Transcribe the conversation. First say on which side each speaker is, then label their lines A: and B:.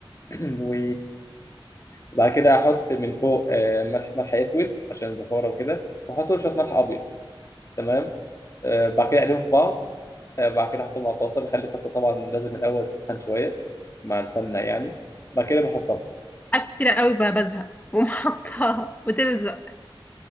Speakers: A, on the left; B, on the left.
A: <clears throat> و بعد كده احط من فوق آه، ملح ملح اسود عشان زفاره وكده واحط له شويه ملح ابيض تمام آه، بعد كده اقلبهم في بعض آه، بعد كده احطهم على الطاسه بخلي الطاسه طبعا لازم الاول تسخن شويه مع السمنه يعني بعد كده بحطها
B: حاجات كتير قوي ب- بزهق بقوم <laughs> حاطاها وتلزق